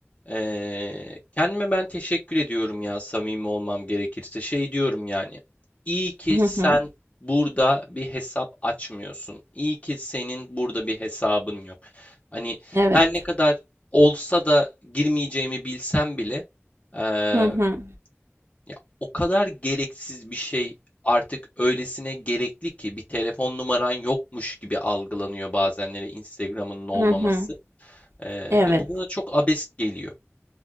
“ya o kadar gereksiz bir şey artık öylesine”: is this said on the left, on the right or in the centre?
Left